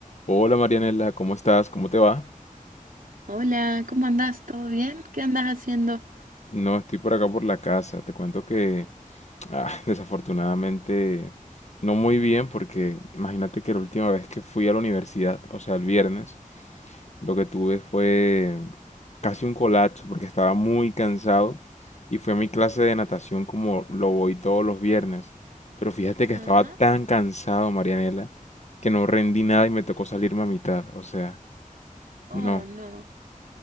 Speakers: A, on the left (about 50°); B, on the right (about 75°).
A: Hola Marianela, ¿cómo estás? ¿Cómo te va?
B: Hola, ¿cómo andás? ¿Todo bien? ¿Qué andás haciendo?
A: No, estoy por acá por la casa. Te cuento que ah, <laughs> desafortunadamente no muy bien porque imagínate que la última vez que fui a la universidad, o sea, el viernes, lo que tuve fue casi un colapso porque estaba muy cansado y fui a mi clase de natación como lo voy todos los viernes. Pero fíjate que estaba
B: Ajá.
A: tan cansado, Marianela, que no rendí nada y me tocó salirme a mitad. O sea,
B: Oh,
A: no.
B: no.